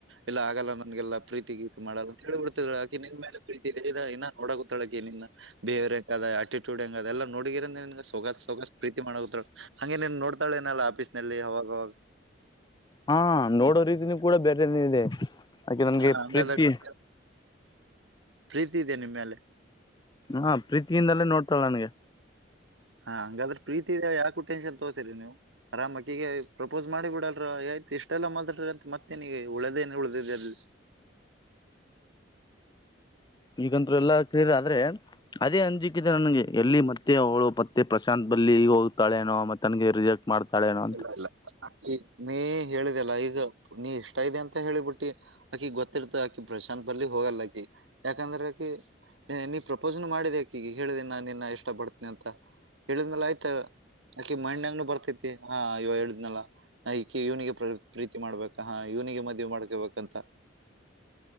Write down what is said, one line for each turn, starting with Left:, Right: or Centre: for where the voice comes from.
Right: ಇಲ್ಲ ಆಗಲ್ಲ ನನ್ಗೆಲ್ಲಾ ಪ್ರೀತಿ ಗೀತಿ ಮಾಡೋದ ಅಂತ ಹೇಳಿ ಬಿಡ್ತಿದ್ ಆಕೆ ನಿನ್ ಮೇಲೆ ಪ್ರೀತಿ ಇನ್ನ ನೋಡ ಗೊತ್ತಳಕನನ್ನ ಬಿಹೇಯರ್ ಹೆಂಗ ಅದ ಆಟ್ಯಡ್ ಹೆಂಗದ ಎಲ್ಲ ನೋಡಿದಿರನ್ಗೆ ಸೊಗ ಸೊಗ ಪ್ರೀತಿ ಮಾಡುದ ಹಗೆ ನೋ ಮತ್ತಳ ನಲ್ಲ ಆಫೀಸ್ ನಲ್ಲಿ ಅವಾಗಾಗ
Left: ಹಾ ನೋಡೋ ರೀತಿನೂ ಕೂಡ ಬೇರೆಲ್ಲ ಇದೆ ಯಕೆ ನನ್ಗೆ
Right: ಹಾ ಹಂಗಾದ್ರೆ
Left: ಪ್ರೀತಿ
Right: ನಿಮ್ಗೆ ಪ್ರೀತಿ ಇದದೆ ನಿಮ್ಮೇಲೆ
Left: ಹಾ ಪ್ರೀತಿಯಿಂದಲೇ ನೋಡ್ತಾಳೆ ನನಗೆ
Right: ಹಾ ಹಂಗಾದ್ರ ಪ್ರೀತಿ ಯಕ ಟೆನ್ಷನ್ ತಗೋತೀರಿ ನೀವು ಅರಾಮಕ್ಕಿಗೆ ಪ್ರೊಪೋಸ್ ಮಾಡಿಬ ಬಿಡಲ್ರ ಆಯ್ತು ಇಷ್ಟೆಲ್ಲ ಮಾಡ್ರಿ ಅಂತ ಮತ್ತೇನಗ ಉಳದೇ ಉಳ್ದಿದೆ ಅಲ್ಲಿ
Left: ಈಗಂತರು ಎಲ್ಲಾ ಸರಿ ಆದ್ರೆ ಅದೇ ಅಂಜಿಕ್ಕಿದೆ ನನ್ಗೆ ಎಲ್ಲಿ ಮತ್ತೆ ಅವಳು ಪತ್ತೆ ಪ್ರಶಾಂತ್ ಬಲ್ಲಿ ಈಗ ಹೋಗ್ತಾಳೆನೋ ಮತ್ತೆನ್ಗೆ ರಿಜೆಕ್ಟ್ ಮಾಡ್ತಾಳೆನೋ
Right: ಇಲ್ಲ ಇಲ್ಲ ನೀ ಹೇಳಿದೆಲ್ಲ ಈಗ ನೀ ಇಷ್ಟ ಇದೆ ಅಂತ ಹೇಳಿಬಿಟ್ಟಿ ಅಕಿ ಗೊತ್ತಿಡ್ತ ಆಕಿ ಪ್ರಶಾಂತ್ ಪಲ್ಲಿ ಹೋಗಲ್ಲ ಆಕಿ ಯಾಕಂದ್ರ ಆಕಿ ನೀ ಪ್ರಪೋಸ್ನು ಮಾಡಿದೆಕ ಈಗ ಹೇಳಿದೆ ನಾನು ನಿನ್ನ ಇಷ್ಟ ಪಡ್ತನನೆಿ ಅಂತ ಹೇಳಿದನಲ್ಲ ಆಯ್ತ ಆಕೆ ಮೈಂಡ್ ಅಂಗ್ನ ಬರ್ತೈತಿ ಹಾ ಇವ ಹೇಳುದ್ನಲ್ಲ ನಾ ಈಕೆ ಇವನಿಗೆ ಪ್ರ ಪ್ರೀತಿ ಮಾಡ್ಬೇಕ ಹಾ ಇವನಿಗೆ ಮದುವೆ ಮಾಡ್ಕೊಬೇಕಂತ